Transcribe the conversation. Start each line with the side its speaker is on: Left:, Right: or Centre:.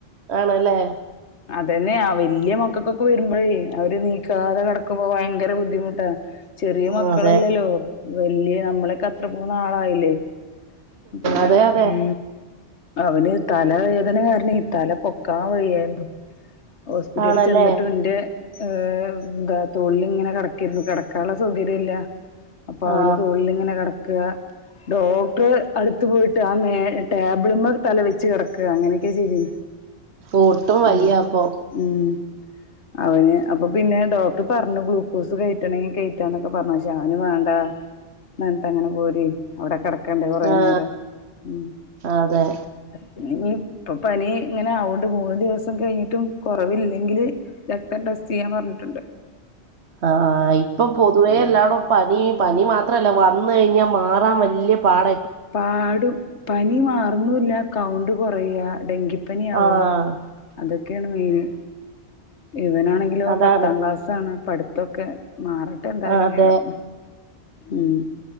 Right: ആണ്ല്ലേ
Left: തന്നെ ആഹ് വെല്ല്യെ മക്കക്കൊക്കെ വരുമ്പഴേ അവര് നീക്കാതെ കടക്കുമ്പോ ഭയങ്കര ബുദ്ധിമുട്ടാ ചെറിയ
Right: ആ
Left: മക്കളലല്ലോ
Right: അതെ
Left: വെല്ല്യെ അമ്മളെക്കത്ര പോന്ന ആളായില്ലെ? പിന്നെ
Right: അതെ അതെ
Left: ഉം അവന് തലവേദന കാരണെയ് തല പൊക്കാ വെയ്യാര്ന്നു ഹോസ്പിറ്റലിൽ
Right: ആണല്ലേ
Left: ചെന്നിട്ടും എന്റെ ഏ എന്താ തൊഴിലിങ്ങനെ കിടക്കിരുന്നു കിടക്കാനുള്ള സൗകര്യം ഇല്ല അപ്പൊ
Right: ആ
Left: അവന്റെ തുള്ളിലിങ്ങനെ കിടക്കുക ഡോക്ടർ അടു ത്ത് പോയിട്ട് ആ മേ ടേബിൾമ്മേ തല വെച്ച് കിടക്ക് അങ്ങനൊക്കെ ചെയ്തു
Right: ഒട്ടും വയ്യ
Left: ഉം
Right: അപ്പൊ
Left: ഉം അവന് അപ്പൊ പിന്നെ ഡോക്ടർ പറഞ്ഞു ഗ്ലൂക്കോസ് കഴറ്റണെങ്കിൽ കഴറ്റാന്നൊക്കെ പറഞ്ഞു ജാ അ ഒന്നും വേണ്ട എന്നിട്ട് അങ്ങനെ പോര് അവിടെ കിട കണ്ട് കുറേ
Right: ആ
Left: നേരം ഉം
Right: അതെ
Left: പിന്ന ഇപ്പൊ പനി ഇങ്ങനെ ആവുകൊണ്ട് മൂന്ന് ദിവസം കഴിഞ്ഞിട്ടും കുറവില്ലെങ്കിൽ രക്തം ടെസ്റ്റ് ചെയ്യാൻ പറഞ്ഞിട്ട് ണ്ട്
Right: ആ ഇപ്പൊ പൊതുവേ
Left: ഉം
Right: എല്ലാണം പനി പനി മാത്രല്ല വന്ന് കഴിഞ്ഞാൽ മാറാൻ വലിയ പാട
Left: പാടും പനി മാറുന്നുല്ല കൗണ്ട് കൊറയാ ഡെങ്കി പ്പനിയ ആവുക
Right: ആഹ്
Left: അതൊക്കെയാണ് മെയിന് ഇവനാണെങ്കിലോ
Right: അതാണ്
Left: പത്താം ക്ലാസ് ആണ് പഠിത്തൊക്കെ മാറട്ടെ എന്തായാലും
Right: ആഹ് അതെ
Left: വേഗം ഉം